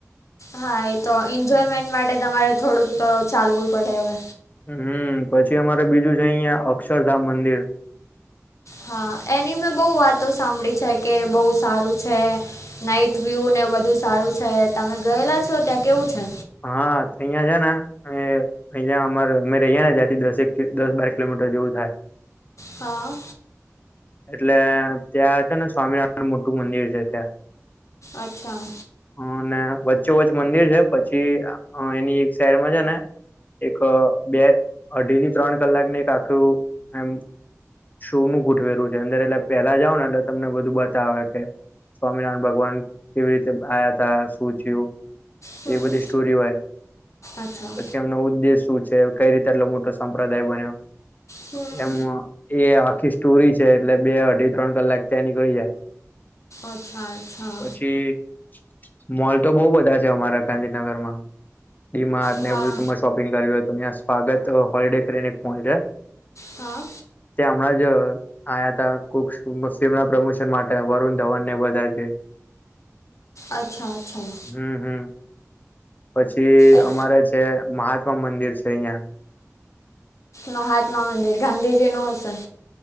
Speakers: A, on the left (about 70°); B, on the left (about 35°).
A: હા! એ તો એન્જોયમેન્ટ માટે, તમારે થોડુંક તો ચાલવું પડે હવે.
B: હમ! પછી અમારે બીજું છે અહિયાં, અક્ષરધામ મંદિર.
A: હા! એની મેં બહુ વાતો સાંભળી છે. કે બહુ સારું છે. નાઈટ વ્યુ ને એ બધું સારું છે. તમે ગયેલા છો,? ત્યાં કેવું છે?
B: હા! તો અહિયાં છે ને? અહિયાં અમારે અમે રહીયા ને, ત્યાંથી દસ એક દસ બાર કિલોમીટર જેવું થાય.
A: હા!
B: એટલે ત્યાં છે ને, સ્વામિનારાયણ મોટું મંદિર છે ત્યાં
A: અચ્છા!
B: અને વચ્ચે વચ્ચ મંદિર છે. પછી એની એક સાઈડમાં છે ને એક બે અઢી થી ત્રણ કલાકને એક આખું એમ શું નું ગોઠવેલું છે. અંદર એટલે પેલા જાવ ને એટલે તમને બધું બતાવે કે સ્વામિનારાયણ ભગવાન કેવી રીતે આ્યા તા. શું થયું?
A: હમ્મ.
B: એ બધી સ્ટોરી હોય.
A: અચ્છા.
B: પછી-' એમનો ઉદ્દેશ શું છે? કઈ રીતે આટલો મોટો સંપ્રદાય બન્યો?
A: હમ્મ.
B: એમ એ આખી સ્ટોરી છે. એટલે બે અઢી ત્રણ કલાક ત્યાં નીકળી જાય.
A: અચ્છા અચ્છા.
B: પછી મોલ તો બહુ બધા છે અમારા ગાંધીનગર માં મા
A: હા
B: ને બધું મસ્ત શોપિંગ કર્યું હોય તો અહીયાં સ્વાગત હોલિડે કરીને એક મોલ છે.
A: હા.
B: ત્યાં હમણાં જ આયા ત કોક્ષ મુસ્લિમ ના પ્રમોશન માટે વરુણ ધવન ને બધા છે.
A: અચ્છા અચ્છા
B: હમ્મ હમ્મ પછી
A: એ
B: અમારે છે મહાત્મા મંદિર છે અહિયાં
A: મહાત્મા મંદિર ગાંધીજી નું હસન